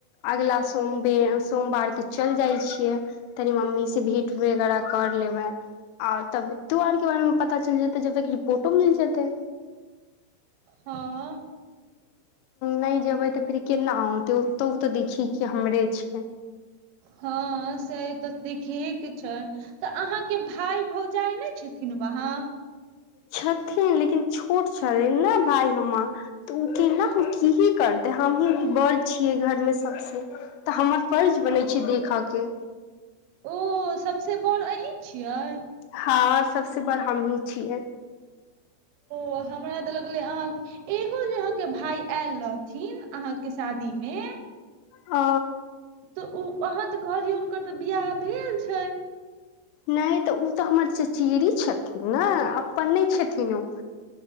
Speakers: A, on the left (about 85°); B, on the right (about 85°).
A: अगिला सोम बेर सोमवारके चल जाइ छियै तनी मम्मी से भेंट वगैरह कर लेबै और तबियतो आर के बारे मे पता चल जेते जब तकी रिपोर्टो मिल जेते
B: हँ
A: नहि जेबै तऽ फेर केना औते ओतहु तऽ देखी के हमरे छै
B: हँ से तऽ देखही के छै तऽ अहाँके भाय भौजाइ नहि छथिन वहाँ
A: छथिन लेकिन छोट छै ने भाय हमर तऽ ओ केना की ही करते हमहँ बड़ छियै घरमे सबसे तऽ हमर फर्ज बनै छै देखऽ के
B: ओ सबसॅं बड़ अही छियै
A: हँ सबसे बड़ हमही छियै
B: त हमरा तऽ लगलै अहाँ एगो जे अहाँके भाय आयल रहथिन अहाँ के शादी मे
A: ओ
B: तऽ ओ अहाँ तऽ कहलियै हुनकर तऽ बियाह भेल छै
A: नहि तऽ ओ तऽ हमर चचेरी छथिन ने अपन नहि छथिन ओ